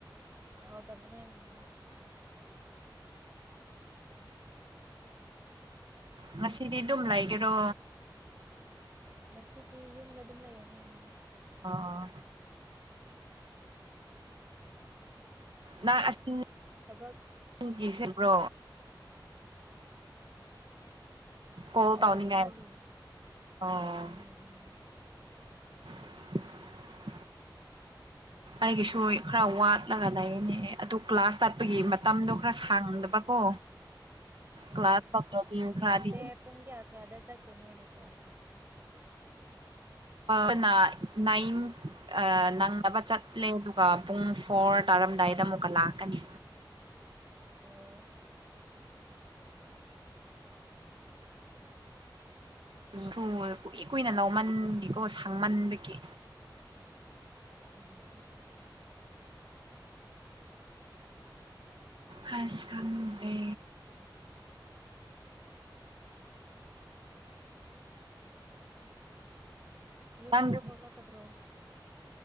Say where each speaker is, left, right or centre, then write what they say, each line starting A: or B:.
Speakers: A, on the right; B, on the right.
A: ꯍꯥꯎꯇꯕꯅꯦ ꯎꯝ
B: ꯉꯁꯤꯗꯤ ꯑꯗꯨꯝ ꯂꯩꯒꯦꯔꯣ
A: ꯉꯁꯤꯗꯤ ꯌꯨꯝꯗ ꯑꯗꯨꯝ ꯂꯩꯔꯅꯤ ꯎꯝ
B: ꯑꯥ ꯑꯥ
A: ꯑꯁ
B: ꯅꯪ ꯑꯁꯤ <unintelligible>
A: ꯊꯕꯛ
B: <unintelligible> ꯀꯣꯜ
A: ꯑꯧ
B: ꯇꯧꯅꯤꯡꯉꯥꯏ
A: ꯋꯥꯠꯂꯤꯌꯦ
B: ꯑꯣ
A: ꯎꯝ ꯎꯝ
B: <inaudible> ꯑꯩꯒꯤꯁꯨꯏ ꯈꯔ ꯋꯥꯠꯂꯒ ꯂꯩꯌꯦꯅꯦ ꯑꯗꯨ ꯀ꯭ꯂꯥꯁ ꯆꯠꯄꯒꯤ ꯃꯇꯝꯗꯣ ꯈꯔ ꯁꯥꯡꯗꯕꯀꯣ
A: ꯑꯣ
B: ꯀ꯭ꯂꯥꯁ ꯆꯠꯇ꯭ꯔꯗꯤ
A: ꯀ꯭ꯂꯥꯁꯁꯦ
B: ꯈꯔꯗꯤ
A: ꯄꯨꯡ ꯀꯌꯥ ꯀꯌꯥꯗ ꯆꯠꯀꯦ ꯅꯣꯏꯗꯤ ꯀ꯭ꯂꯥꯁꯁꯦ
B: ꯑꯃꯅ ꯅꯥꯏꯟ ꯑꯥ ꯅꯪꯅꯕ ꯆꯠꯂꯦ ꯑꯗꯨꯒ ꯄꯨꯡ ꯐꯣꯔ ꯇꯥꯔꯝꯗꯥꯏꯗ ꯑꯃꯨꯛꯀ ꯂꯥꯛꯀꯅꯤ
A: ꯑꯣ
B: <unintelligible> ꯀꯨꯏ ꯀꯨꯏꯅ ꯂꯥꯎꯃꯟꯕꯀꯣ ꯁꯥꯡꯃꯟꯕꯒꯤ
A: ꯎꯝ
B: ꯍꯩꯁ ꯈꯪꯗ꯭ꯔꯦ
A: ꯌꯨꯝꯗꯤ
B: ꯅꯪꯗꯤ
A: ꯊꯣꯛꯂꯛꯀꯗ꯭ꯔꯣ